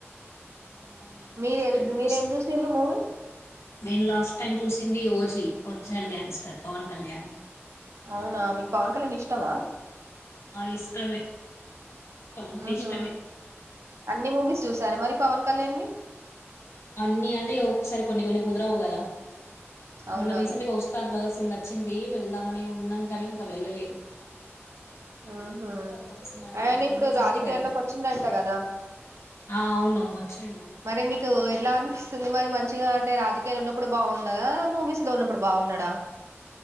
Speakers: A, on the left (about 70°); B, on the right (about 75°).
A: ఆ నేను
B: మీరెల్
A: లాస్ట్ టైం చూసింది
B: మీరేం చూసిండ్రు మూవీ
A: నేను లాస్ట్ టైం చూసి Hindi OG original gangster Pawan Kalyan ది
B: అవునా మీకు పవన్ కళ్యాణ్ ఇష్టమా
A: ఆ ఇష్టమే పవన్ అంటే
B: ఉహు
A: ఇష్టమే
B: అన్ని మూవీస్ చూసారా మరి పవన్ కళ్యాణ్ వి
A: అన్ని అంటే ఒకోసారి కొన్ని కొన్ని కుదరవు కదా
B: అవునవును
A: మొన్న రీసెంట్ గా వస్తాద్ దొ నిన్నా వచ్చింది వెళ్దామని ఉన్నాం కాని ఇంకా వెళ్ళలేదు
B: ఆహా
A: ఉస్తాద్ భగత్ సింగ్
B: అయన ఇప్పుడు
A: రిలీజ్
B: రాజకీయాల్లోకి
A: అయింది కదా
B: వచ్చిండంట కదా
A: ఆ అవును వచ్చిండు
B: మరి మీకు ఎలా అనిపిస్తుంది మరి మంచిగా అంటే రాజకీయాలు ఉన్నప్పుడు బాగున్నదా మూవీస్ లో ఉన్నప్పుడు బాగున్నాడా